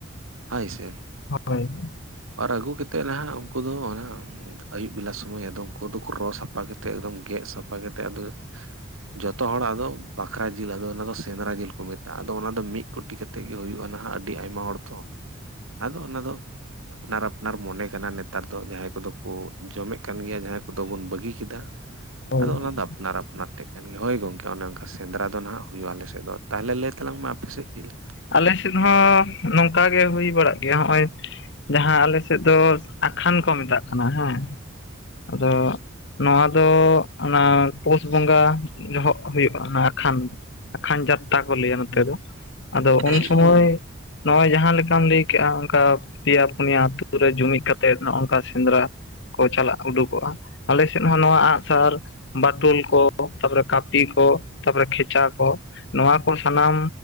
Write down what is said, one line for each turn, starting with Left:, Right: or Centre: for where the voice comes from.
Right: ᱦᱟᱹᱭ ᱥᱮᱱ ᱾
Left: ᱦᱳᱭ
Right: ᱟᱨ ᱟᱹᱜᱩ ᱠᱟᱛᱮᱫ ᱱᱟᱦᱟᱜ ᱩᱱᱠᱩ ᱫᱚ ᱚᱱᱟ ᱟᱹᱭᱩᱵ ᱵᱮᱞᱟ ᱥᱚᱢᱚᱭ ᱟᱫᱚᱢ ᱩᱱᱠᱩ ᱫᱚᱠᱚ ᱨᱚ ᱥᱟᱯᱷᱟ ᱠᱟᱛᱮᱫ ᱮᱠᱫᱚᱢ ᱜᱮᱫ ᱥᱟᱯᱷᱟ ᱠᱟᱛᱮᱫ ᱟᱫᱚ ᱡᱚᱛᱚ ᱦᱚᱲ ᱟᱫᱚ ᱵᱟᱠᱷᱨᱟ ᱡᱤᱞ ᱟᱫᱚ ᱚᱱᱟᱫᱚ ᱥᱮᱸᱫᱽᱨᱟ ᱡᱤᱞ ᱠᱚ ᱢᱮᱛᱟᱜᱼᱟ ᱟᱫᱚ ᱚᱱᱟᱫᱚ ᱢᱤᱫ ᱠᱩᱴᱤ ᱠᱟᱛᱮᱫ ᱜᱮ ᱦᱩᱭᱩᱜᱼᱟ ᱱᱟᱦᱟᱜ ᱟᱹᱰᱤ ᱟᱭᱢᱟ ᱦᱚᱲ ᱛᱚ ᱾
Left: <unintelligible>
Right: ᱟᱫᱚ ᱚᱱᱟ ᱫᱚ ᱟᱯᱱᱟᱨ ᱟᱯᱱᱟᱨ ᱢᱚᱱᱮ ᱠᱟᱱᱟ ᱱᱮᱛᱟᱨ ᱫᱚ ᱡᱟᱦᱟᱸᱭ ᱠᱚᱫᱚ ᱠᱚ ᱡᱚᱢᱮᱫ ᱠᱟᱱ ᱜᱮᱭᱟ ᱡᱟᱦᱟᱸᱭ ᱠᱚᱫᱚ ᱵᱚᱱ ᱵᱟᱹᱜᱤ ᱠᱮᱫᱟ ᱾
Left: ᱦᱳᱭ
Right: ᱟᱫᱚ
Left: ᱦᱳᱭ
Right: ᱚᱱᱟ ᱫᱚ ᱟᱯᱱᱟᱨ ᱟᱯᱱᱟᱨ ᱴᱷᱮᱜ ᱠᱟᱱ ᱜᱮ, ᱦᱳᱭ ᱜᱚᱝᱠᱮ ᱚᱱᱮ ᱚᱱᱠ ᱥᱮᱸᱫᱽᱨᱟ ᱫᱚ ᱱᱟᱦᱟᱜ ᱦᱩᱭᱩᱜᱼᱟ ᱟᱞᱮ ᱥᱮᱫ ᱫᱚ, ᱛᱟᱦᱚᱞᱮ ᱞᱟᱹᱭ ᱛᱟᱞᱟᱝ ᱢᱮ ᱟᱯᱮ ᱥᱮᱫ ᱪᱮᱫ ᱞᱮᱠᱟ?
Left: ᱟᱞᱮ ᱥᱮᱫ ᱦᱚᱸ ᱱᱚᱝᱠᱟ ᱜᱮ ᱦᱩᱭ ᱵᱟᱲᱟᱜ ᱜᱮᱭᱟ ᱦᱚᱜᱼᱚᱭ ᱡᱟᱦᱟᱸ ᱟᱞᱮ ᱥᱮᱫ ᱫᱚ ᱟᱠᱷᱟᱱ ᱠᱚ ᱢᱮᱛᱟᱜ ᱠᱟᱱᱟ ᱦᱮᱸ, ᱟᱫᱚ ᱱᱚᱣᱟ ᱫᱚ ᱚᱱᱟ ᱯᱳᱥ ᱵᱚᱸᱜᱟ ᱡᱚᱦᱚᱜ ᱦᱩᱭᱩᱜᱼᱟ ᱚᱱᱮ ᱟᱠᱷᱟᱱ ᱾ ᱟᱠᱷᱟᱱ ᱡᱟᱛᱛᱟ ᱠᱚ ᱞᱟᱹᱭ ᱟ ᱱᱚᱛᱮ ᱫᱚ ᱟᱫᱚ ᱩᱱ
Right: ᱦᱮᱸ
Left: ᱥᱚᱢᱚᱭ ᱱᱚᱜᱼᱚᱭ ᱡᱟᱦᱟᱸ ᱞᱮᱠᱟᱢ ᱞᱟᱹᱭ ᱠᱮᱫᱼᱟ ᱚᱱᱠᱟ ᱯᱮᱭᱟ ᱯᱩᱱᱭᱟ ᱟᱛᱩ ᱨᱮ ᱡᱩᱢᱤᱫ ᱠᱟᱛᱮᱫ ᱱᱚᱜᱝᱠᱟ ᱥᱮᱸᱫᱽᱨᱟ ᱾ ᱠᱚ ᱪᱟᱞᱟᱜ ᱩᱰᱩᱠᱚᱜᱼᱟ ᱟᱞᱮ ᱥᱮᱫ ᱦᱚᱸ ᱱᱚᱣᱟ ᱟᱸᱜᱼᱥᱟᱨ ᱵᱟᱴᱳᱞ ᱠᱚ ᱛᱟᱨᱯᱚᱨᱮ ᱠᱟᱹᱯᱤ ᱠᱚ ᱛᱟᱨᱯᱚᱨᱮ ᱠᱷᱮᱪᱟ ᱠᱚ ᱱᱚᱣᱟ ᱠᱚ ᱥᱟᱱᱟᱢ